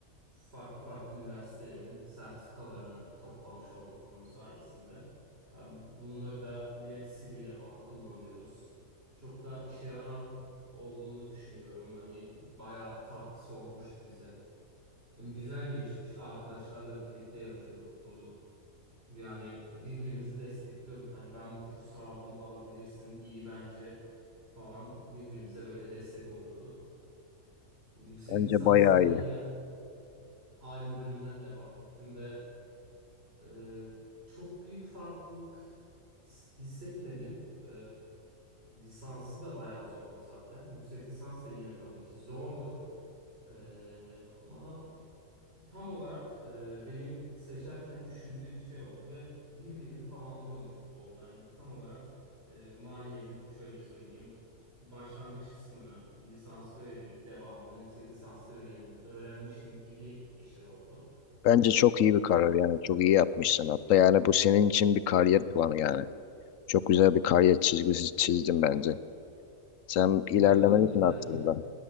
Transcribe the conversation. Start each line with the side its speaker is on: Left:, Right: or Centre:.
Right: farklı farklı üniversitelerin sertifikalarını toplamış olduk bunun sayesinde. Abi Bunları da yine CV'de falan kullanıyoruz. Çok da işe yarar olduğunu düşünüyorum. Hani bayağı katkısı olmuştu bize. Hem güzel geçmişti. Arkadaşlarla birlikte yapıyorduk bu. Yani birbirimizi destekliyorduk. Hani ben bu kursu aldım, alabilirsin, iyi bence falan birbirimize böyle destek oluyorduk. Yüksek
Left: Bence
Right: lisansta
Left: bayağı
Right: da
Left: iyi.
Right: yine aynı bölümden devam ettim ve e, çok büyük farklılık s- hissetmedim. E, lisansı da bayağı zordu zaten. Yüksek lisans da yine tabii ki zordu. E, ama tam olarak e, benim seçerken düşündüğüm şey oldu ve birbirini tamamlıyormuş gibi oldu. Hani tam olarak e, maliyenin şöyle söyleyeyim. Başlangıç kısmını lisansta öğrenip devamını yüksek lisansta öğren öğrenmişim gibi bir şey oldu.
Left: Bence çok iyi
Right: Aa,
Left: bir karar yani çok iyi yapmışsın hatta yani bu senin için bir kariyer planı yani çok güzel bir kariyer çizgisi çizdin bence sen ilerlemen
Right: ya tabii ki
Left: için
Right: de
Left: aslında
Right: hani